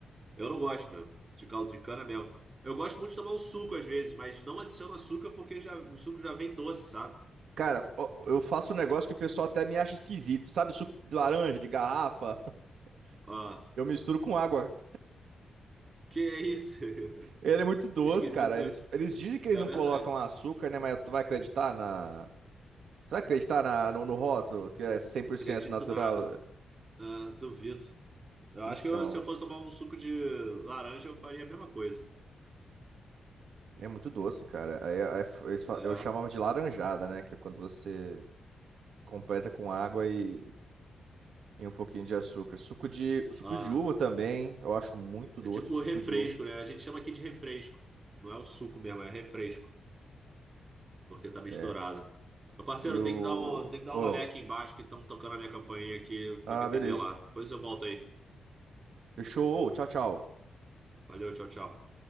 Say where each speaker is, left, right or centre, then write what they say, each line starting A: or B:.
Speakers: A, on the right; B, on the right.
A: Eu não gosto mesmo, de caldo de cana mesmo. Eu gosto muito de tomar um suco às vezes, mas não adiciono açúcar porque já, o suco já vem doce, sabe?
B: Cara, ó, eu faço um negócio que o pessoal até me acha esquisito. Sabe suco de laranja, de garrafa? <laughs>
A: Ah,
B: Eu misturo com água.
A: que é isso?
B: Ele é muito
A: <laughs>
B: doce,
A: Esquisito
B: cara.
A: mesmo.
B: Eles, eles dizem que
A: É
B: eles não
A: verdade.
B: colocam açúcar, né? Mas tu vai acreditar na, Será que a gente tá na- no, no rótulo, que é 100%
A: Acredito
B: natural?
A: nada. Ah, duvido. Eu
B: Então,
A: acho que eu- se eu fosse tomar um suco de laranja, eu faria a mesma coisa.
B: é muito doce, cara. Aí, aí f- eles fa-
A: É.
B: eu chamava de laranjada, né? Que é quando você completa com água e, e um pouquinho de açúcar. Suco de, suco
A: Ah,
B: de uva também, eu acho muito
A: é
B: doce,
A: tipo
B: o suco
A: refresco,
B: de uva.
A: né? A gente chama aqui de refresco. Não é o suco mesmo, é refresco, porque tá misturado.
B: É.
A: Meu parceiro,
B: E
A: eu
B: o...
A: tenho que dar um, tenho que dar
B: ô,
A: um rolê aqui embaixo que estão tocando a minha campainha aqui, eu
B: ah,
A: tenho que atender
B: beleza.
A: lá. Depois eu volto aí.
B: Fechou. Ô, Tchau, tchau.
A: Valeu, tchau, tchau.